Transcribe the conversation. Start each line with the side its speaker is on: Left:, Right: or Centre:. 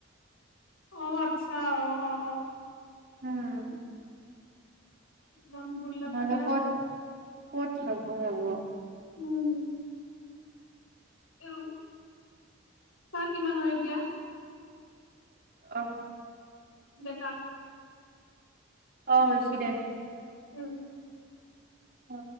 Left: অ আচ্ছা, অ অ অ।
Right: উম
Left: আলাম বুল্লাটো
Right: নহ'লে
Left: বেয়া
Right: ক'ত
Left: হয়।
Right: ক'ত হাগবা যাব
Left: উম হম উ চাহ কিমান হয় এতিয়া।
Right: অ
Left: ডে কাট
Right: আহ হৈছে দে।
Left: উম
Right: অ